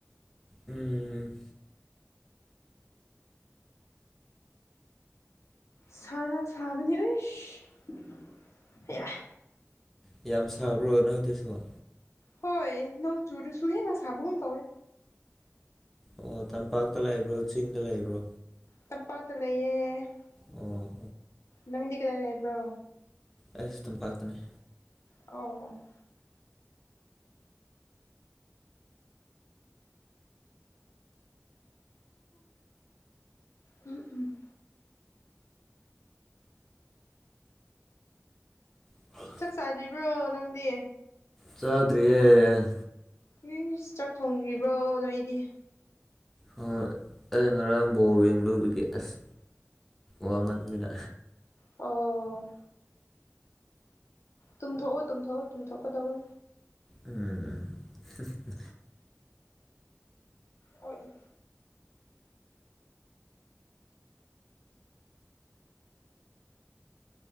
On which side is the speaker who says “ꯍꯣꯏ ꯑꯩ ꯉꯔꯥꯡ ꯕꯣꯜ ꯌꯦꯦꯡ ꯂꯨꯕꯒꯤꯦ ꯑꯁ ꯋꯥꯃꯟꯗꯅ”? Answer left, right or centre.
Centre